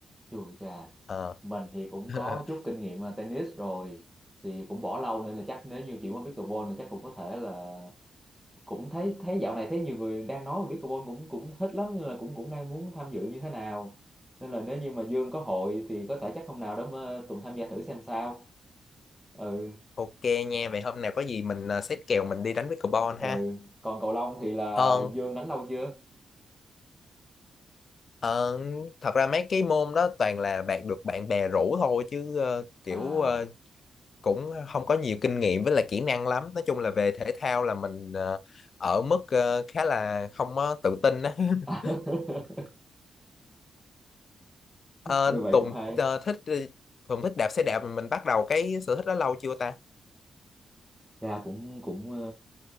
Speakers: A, in the centre; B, on the left.
A: chù chà
B: Ờ.
A: mình thì cũng
B: <laughs>
A: có chút kinh nghiệm ờ, tennis rồi thì cũng bỏ lâu nên là chắc nếu như chuyển qua pickleball là chắc cũng có thể là cũng thấy thấy dạo này thấy nhiều người đang nói về pickleball cũng cũng thích lắm nên là cũng cũng đang muốn tham dự như thế nào nên là nếu như mà Dương có hội thì có thể chắc hôm nào đó mà Tùng tham gia thử xem sao ừ
B: Ok nha, vậy hôm nào có gì mình à, xếp kèo mình đi đánh với Carbon
A: ừ
B: ha.
A: còn cầu lông thì là
B: Ờ,
A: Dương đánh lâu chưa
B: ờ, thật ra mấy cái môn đó toàn là bạn được bạn bè rủ thôi chứ ờ, kiểu
A: à
B: ờ, cũng không có nhiều kinh nghiệm với là kỹ năng lắm. Nói chung là về thể thao là mình ờ, ở mức ờ, khá là không có tự tin á. <laughs>
A: <laughs>
B: Ờ,
A: rồi vậy
B: Tùng
A: cũng hay
B: ờ, thích ờ, Tùng thích đạp xe đạp mà mình bắt đầu cái sở thích đó lâu chưa ta?
A: ra cũng cũng ờ,